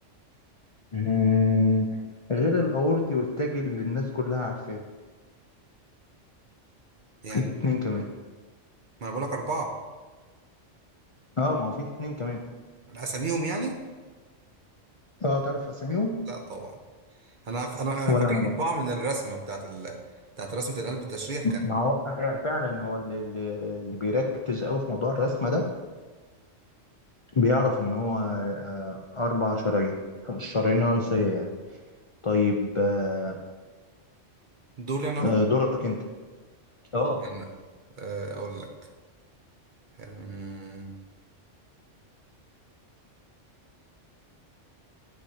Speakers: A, on the left (about 40°); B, on the right (about 45°).
A: مم، غير الأورطي والتاجي اللي الناس كلها عارفاه
B: يعني
A: في اتنين كمان
B: ما أنا بقولك أربعة
A: اه ما هو في اتنين كمان
B: على أساميهم يعني
A: اه تعرف أساميهم
B: لا طبعا أنا ف... أنا أنا
A: ولا
B: فاكر
A: أنا برضه
B: أربعة من الرسمة بتاعت ال... بتاعت رسمة القلب التشريح كان
A: ما هو هي فعلا هو اللي, اللي اللي بيركز أوي في موضوع الرسمة ده بيعرف إن هو آه أربع شرايين الشرايين الرئيسية يعني طيب آه
B: دوري أنا بقى
A: آه دورك أنت اه
B: دوري أنا آه، أقول لك أمم،